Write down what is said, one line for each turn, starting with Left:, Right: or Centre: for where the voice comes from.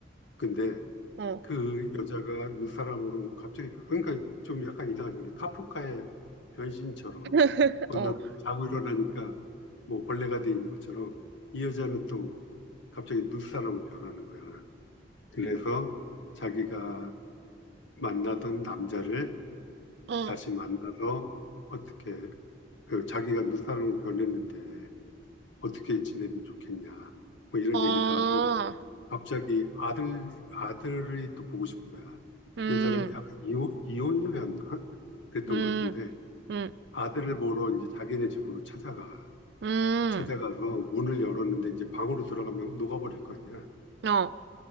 Left: 근데
Right: 어,
Left: 그 여자가 눈사람으로 갑자기 변- 그러니까 좀 약간 이상하잖아. 카프카의 변신처럼
Right: <laughs>
Left: 어느 날 자고 일어나니까 뭐 벌레가 돼 있는 것처럼 이 여자는 또 갑자기 눈사람으로 변하는 거야. 그래서 자기가 만나던 남자를
Right: 어, 어,
Left: 다시 만나서 어떻게 그 자기가 누사람으로 변했는데 어떻게 지내면 좋겠냐. 뭐 이런
Right: 어,
Left: 얘기도 하고 갑자기 아들 아들이 또 보고 싶은 거야.
Right: 음,
Left: 여자가 약 이혼 이혼녀였나? 그랬던
Right: 음,
Left: 것 같은데
Right: 음,
Left: 아들을 보러 이제 자기네 집으로 찾아가.
Right: 음,
Left: 찾아가서 문을 열었는데 이제 방으로 들어가면 녹아버릴 거 아니야.
Right: 어,